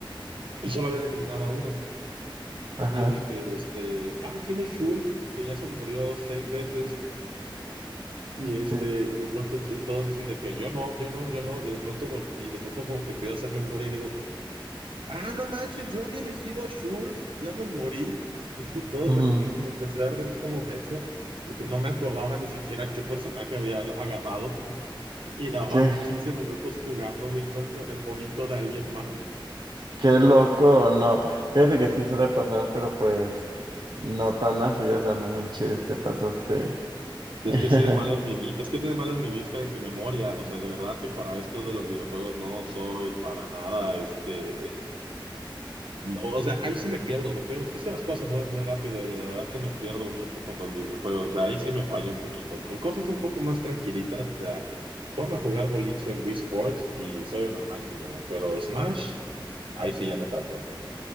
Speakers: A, on the right; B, on the right.
A: y solo habían eliminado a uno.
B: ajá.
A: Y yo dije, este, ah, ¿quién es Shulk? Que ya se murió seis veces. Y este,
B: sí.
A: y de pronto, y todos dicen de que yo no, yo no, yo no. Y de pronto, vol- y de pronto como que empiezo a hacer memoria y digo, ah, no manches, yo había elegido a Shulk, ya me morí. <laughs> Y todos
B: Ujú.
A: se- me empecé a reír como menso, porque no me acordaba ni siquiera qué personaje había agarrado. <laughs> Y daba
B: Qué,
A: 15 minutos jugando, viendo el, pe- el monito de alguien más.
B: qué loco, no. Fíjate que sí suele pasar, pero pues no tan así, o sea, no manches, te pasaste.
A: Es
B: <laughs>
A: que sí de mala es mi vi- es que sí de mala es mi vista y mi memoria. O sea, de verdad que para esto de los videojuegos no soy para nada, este, no, o sea, ahí sí me pierdo, me pierdo. mu- Es que las cosas se mueven muy rápido, y de verdad que me pierdo mucho con los videojuegos. O sea, ahí sí me falla un poquito. Con cosas un poco más tranquilitas, o sea, ponme a jugar boliche en Wii Sports y soy una máquina, pero Smash, ahí sí ya no tanto.